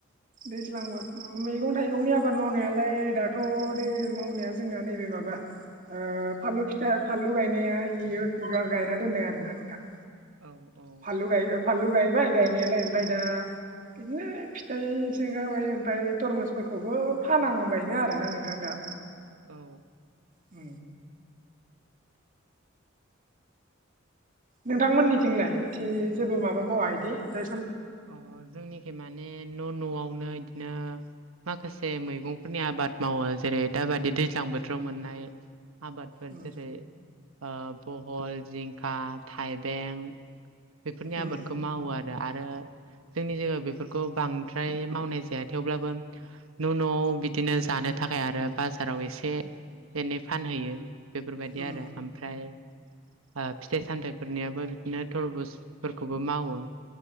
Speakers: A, on the right; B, on the right.
A: दैज्लां <unintelligible> मैगं थाइगंनि आबाद मावनायालाय दाथ दै मावनाया जोंना नैबे माबा ओ फानलु फिथा फानलु गायनाया इयो आं गायना दोनाय आरो ना नोंथां।
B: औ औ
A: फानलु गाय फानलु गायबाय गायनायालाय ओमफ्राय दा बिदिनो फिथाइ सों गांबाय ओमफ्राय तरमुसफोरखौबो फानांबायनो आरोना नोंथां दा।
B: औ।
A: उ। नोंथां मोननिथिंलाय इथि जेबो माबा मावा इदि ओ
B: अ जोंनिखि माने न' न'आवनो इदिनो माखासे मैगंफोरनि आबाद मावो जेरै दाबादि दैज्लां बोथोराव मोननाय आबादफोर
A: उम
B: जेरै ओ बहल जिंखा थाइबें बेफोरनि
A: उम
B: आबादखौ मावो आरो आरो जोंनि जायगायाव बेफोरखौ बांद्राय मावनाय जाया थेवब्लाबो न' न'आव बिदिनो जा दानो थाखाय आरो बाजाराव एसे एनै फानहैयो बेफोरबायदि
A: उम
B: आरो ओमफ्राय ओ फिथाइ सामथाइफोरनियाबो बिदिनो थरबुजफोरखौबो मावो।